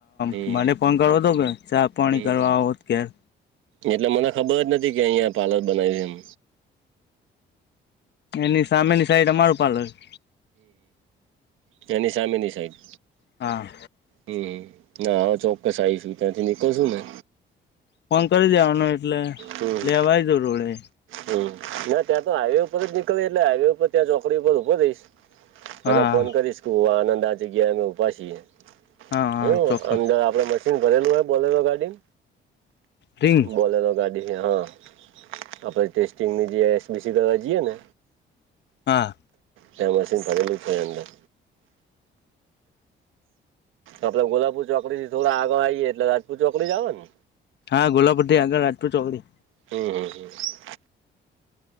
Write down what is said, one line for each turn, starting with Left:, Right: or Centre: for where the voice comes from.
Right: હમ
Left: ત મને ફોન કરવો હતો કે ચા પાણી
Right: હમ
Left: કરવા આવો ત્યાં
Right: એટલે મને ખબર જ નથી કે અહીંયા પાર્લર બનાવ્યું છે એમ.
Left: એની સામેની સાઈડ અમારું પાર્લર.
Right: હ એની સામેની સાઈડ
Left: હા.
Right: હમ ના હવે ચોક્કસ આવીશું ત્યાંથી નીકળશું ને
Left: ફોન કરી દેવાનો એટલે
Right: હમ
Left: લેવા આવી જાવ રોડે.
Right: હમ ના ત્યાં તો હાઈવે ઉપર જ નીકળીએ એટલે હાઈવે ઉપર ત્યાં ચોકડી ઉપર ઊભો રહીશ.
Left: હા
Right: અને ફોન કરીશ કે હું આનંદ આ જગ્યા અમે ઉભા છીએ.
Left: હા હા
Right: હ
Left: ચોક્કસ
Right: અંદર આપડે મ <inaudible> ભરેલુ હ બોલેરો ગાડી
Left: રિંગ
Right: બોલેરો ગાડી આપણે ટેસ્ટિંગની જે બેસી દવા જઈએ ને
Left: હા
Right: તા મશીન પડેલું થાય અંદર આપે ગોલાપુર ચોકડીથી થોડા આગળ આવીએ એટલે રાજપુત ચોકડી જ આવે ને.
Left: હા ગોલાપુરથી આગળ રાજપુત ચોકડી
Right: હમ હમ હમ.